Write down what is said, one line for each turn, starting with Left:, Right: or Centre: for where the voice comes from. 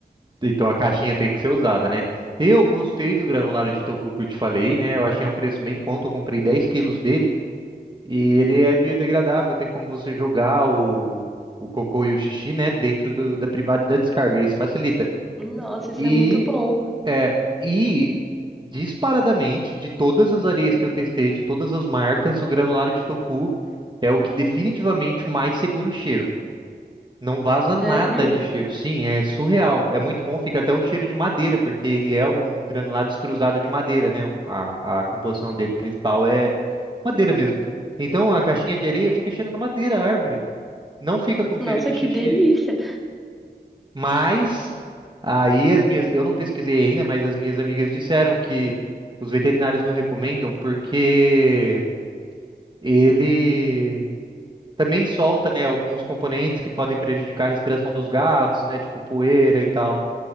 Right: Então a caixinha tem que ser usada, né? Eu gostei do granulado de tofu que eu te falei, né? Eu achei um preço bem em conta, eu comprei 10 quilos dele e ele é biodegradável, tem como você jogar o, o cocô e o xixi, né, dentro do- da privada e da descarga, isso facilita.
Centre: Nossa, isso
Right: E
Centre: é muito bom.
Right: é e disparadamente de todas as areias que eu testei, de todas as marcas, o granulado de tofu é o que definitivamente mais segura o cheiro. Não vaza nada
Centre: Sério?
Right: de cheiro. Sim, é surreal. É muito bom, fica até um cheiro de madeira, porque ele é um granulado extrusado de madeira, né? Um- A, a composição dele principal é madeira mesmo. Então a caixinha de areia fica cheirando madeira, árvore. Não fica com
Centre: Nossa,
Right: cheiro de
Centre: que
Right: xixi,
Centre: delícia!
Right: mas aí as minhas, eu não pesquisei ainda, mas as minhas amigas disseram que os veterinários não recomendam porque ele também solta, né, alguns componentes que podem prejudicar a respiração dos gatos, né, tipo poeira e tal.